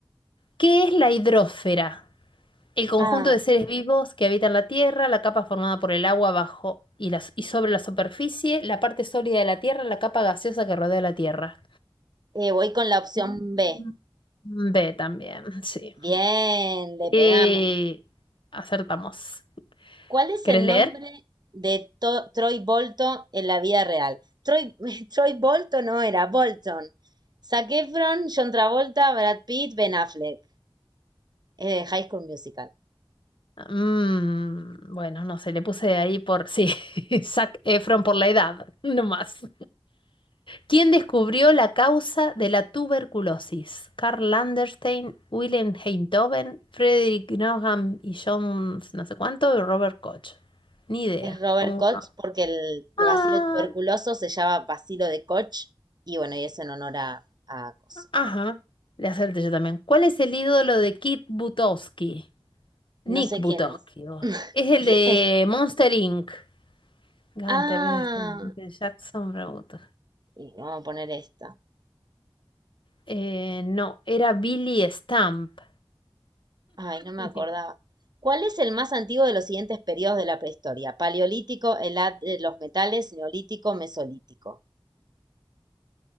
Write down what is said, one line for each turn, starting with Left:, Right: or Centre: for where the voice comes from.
Left: ¿Qué es la hidrosfera? El conjunto
Right: Ah,
Left: de seres vivos que habitan la Tierra, la capa formada por el agua bajo y, las- y sobre la superficie, la parte sólida de la Tierra, la capa gaseosa que rodea la Tierra.
Right: eh, voy con la opción
Left: Mm,
Right: B.
Left: B también, <laughs> sí.
Right: Bien, le
Left: Eh,
Right: pegamos.
Left: acertamos.
Right: ¿Cuál es
Left: ¿Querés
Right: el
Left: leer?
Right: nombre de To- Troy Bolton en la vida real? Troy, <laughs> Troy Bolton no era, Bolton. Zac Efron, John Travolta, Brad Pitt, Ben Affleck. Eh, High School Musical.
Left: Mm, bueno, no sé, le puse ahí por... Sí, <laughs> Zac Efron por la edad, no más. ¿Quién descubrió la causa de la tuberculosis? Karl Landerstein, Wilhelm Einthoven, Frederick Nauheim y John no sé cuánto y Robert Koch. Ni idea.
Right: Es Robert
Left: Pongo
Right: Koch
Left: uno.
Right: porque el
Left: Ah,
Right: bacilo tuberculoso se llama bacilo de Koch y bueno, y es en honor a, a Coso.
Left: ajá. Le acerté yo también. ¿Cuál es el ídolo de Kit Butowski? Nick
Right: No sé
Left: Butowski.
Right: quién es.
Left: o-
Right: <laughs>
Left: Es el
Right: ¿Quién
Left: de
Right: es?
Left: Monster Inc. Gunter,
Right: Ah,
Left: Bill Stamp, Michael Jackson, Robert.
Right: y vamos a poner esta.
Left: Eh, no, era Billy Stamp.
Right: Ay, no me
Left: <laughs>
Right: acordaba. ¿Cuál es el más antiguo de los siguientes periodos de la prehistoria? Paleolítico, el edad de los metales, neolítico, mesolítico.